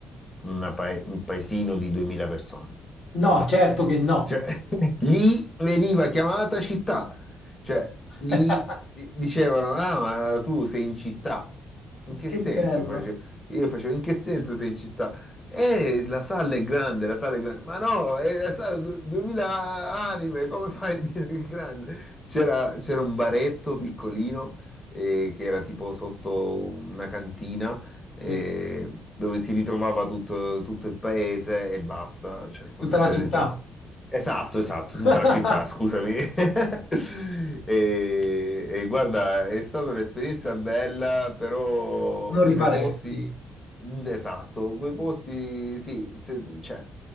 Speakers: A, on the left; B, on the left.
A: una pae- un paesino di 2000 persone.
B: No,
A: No.
B: certo che no.
A: Cioè, <laughs> lì veniva chiamata città. Cioè, lì
B: <laughs>
A: di- dicevano, ah, ma tu sei in città. In che
B: Che
A: senso?
B: bello.
A: Face- Io facevo, in che senso sei in città? Eh, la sala è grande, la sala è grande. Ma no, è la sala du- 2000 anime, come fai a dire che è grande? C'era c'era un baretto piccolino eh, che era tipo sotto una cantina e-
B: Sì,
A: dove si ritrovava tutto, tutto il paese e basta, cioè, poi
B: tutta
A: non c'era
B: la città.
A: niente. Esatto, esatto,
B: <laughs>
A: tutta la città, scusami. <laughs> E, e guarda, è stata un'esperienza bella, però
B: Non rifaresti.
A: quei posti, mm, esatto, quei posti, sì, se, cioè,